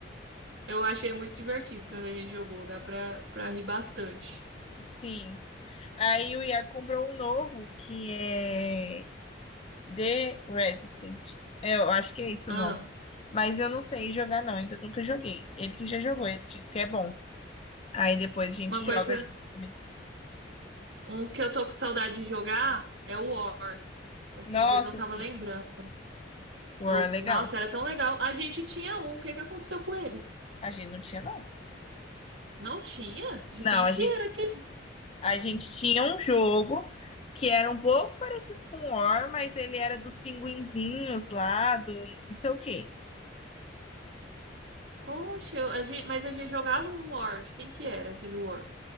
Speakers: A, on the right; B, on the left.
A: eu achei muito divertido quando a gente jogou, dá pra, pra rir bastante.
B: Sim. Aí o Iago comprou um novo que é The Resistant. É, Eu acho que é esse
A: Ah,
B: o nome. Mas eu não sei jogar, não. Ainda nunca joguei. Ele que já jogou, ele disse que é bom. Aí depois a gente
A: uma coisa,
B: joga junto também.
A: um que eu tô com saudade de jogar é o War. Esses
B: Nossa,
A: dias eu tava
B: sim.
A: lembrando.
B: War
A: Eu,
B: é legal.
A: nossa, era tão legal. A gente tinha um, o que que aconteceu com ele?
B: A gente não tinha, não.
A: Não tinha? De
B: Não,
A: quem
B: a
A: que
B: gente,
A: era aquele?
B: a gente tinha um jogo que era um pouco parecido com o War, mas ele era dos pinguinzinhos lá, do não sei o quê.
A: Oxe, eu- a gente, mas a gente jogava um War. De quem que era aquele War?